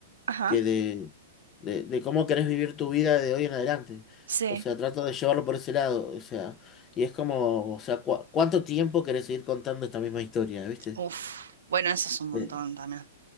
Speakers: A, on the right; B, on the left.
A: ajá.
B: que de, de, de cómo querés vivir tu vida de hoy en adelante.
A: Sí.
B: O sea, trato de llevarlo por ese lado. O sea, y es como, o sea, cua- ¿cuánto tiempo querés seguir contando esta misma historia, ¿viste?
A: Uf, bueno, eso es un montón
B: Eh,
A: también.